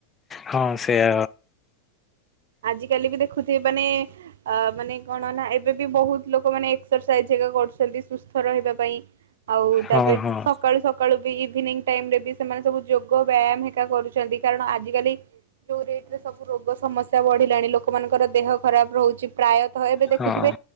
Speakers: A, on the left; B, on the right.
A: ହଁ ସେଇଆ
B: ଆଜ କାଲି ବି ଦେଖୁଥିବେ, ମାନେ ଅ ମାନେ କଣ ନା ଏବେ ବି ବହୁତ ଲୋକ ମାନେ ଏକ୍ସରସାଇଜ ହେରିକା କରୁଛନ୍ତି ସୁସ୍ଥ ରହିବା ପାଇଁ। ଆଉ
A: ହଁ
B: ତାପରେ
A: ହଁ।
B: ସକାଳୁ ସକାଳୁ ବି ଇଭିନିଂ ଟାଇମ ରେ ବି ସେମାନେ ସବୁ ଯୋଗ ବ୍ୟାୟାମ ହେକା କରୁ ଚନ୍ତି। କାରଣ ଆଜ କାଲି ଯୋଉ ରେଟ୍ ରେ ସବୁ ରୋଗ ସମସ୍ୟା ବଢିଲାଣି ଲୋକମାନଙ୍କର ଦେହ ଖରାପ ରହୁଛି। ପ୍ରାୟତଃ ଏବେ ଦେଖୁଥିବେ,
A: ହଁ